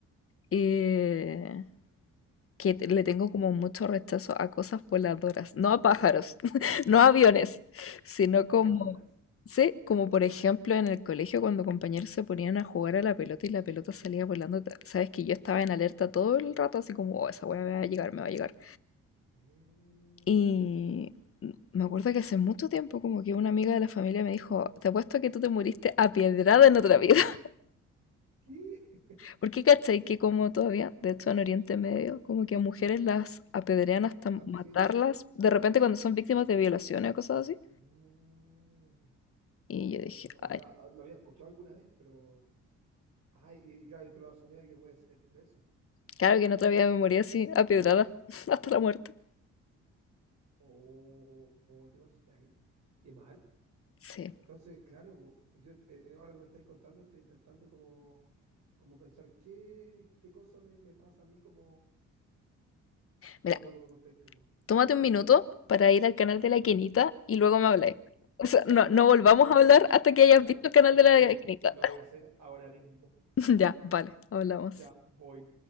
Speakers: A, on the left (about 45°); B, on the right (about 70°).
A: Eh, que te- le tengo como mucho rechazo a cosas voladoras, no a pájaros, <laughs> no a aviones, sino
B: ¿Voladoras?
A: como, sí, como por ejemplo en el colegio cuando compañeros se ponían a jugar a la pelota y la pelota salía volando, ta- sabes que yo estaba en alerta todo el rato, así como, "Oh, esa weá me va a llegar, me va a llegar.
B: Eh,
A: Y me acuerdo que hace mucho tiempo, como que una amiga de la familia me dijo, te apuesto que tú te muriste apiedrada en otra vida. <laughs>
B: ¿Qué? <laughs>
A: Porque cachai que como todavía, de hecho en Oriente Medio, como que a mujeres las apedrean hasta
B: Ah,
A: matarlas,
B: sí, sí, sí.
A: de repente cuando son víctimas de violaciones o cosas así.
B: Ah, no,
A: Y yo dije, ay,
B: o sea, ah, lo había escuchado alguna vez, pero. Ay, y, y claro, y tú lo asumías que puede ser por eso.
A: claro que en otra vida me morí así, apiedrada, <laughs> hasta la muerte.
B: O, o, ¿te imaginas ahí? Qué mal.
A: Sí.
B: Entonces, claro, po, yo eh, eh, ahora que me estáis contando, estoy intentando como, como pensar qué, qué cosa me, me pasa a mí como, como
A: Mira,
B: lo que me contáis tú, po.
A: tómate un minuto para ir al canal de la Quinita y luego me habláis. O sea, no, no volvamos
B: Lo-
A: a hablar hasta que hayas
B: ya,
A: visto el canal
B: espérame,
A: de la Quinita.
B: lo voy a hacer ahora mismo. <laughs>
A: <laughs> Ya, vale, hablamos.
B: Ya voy.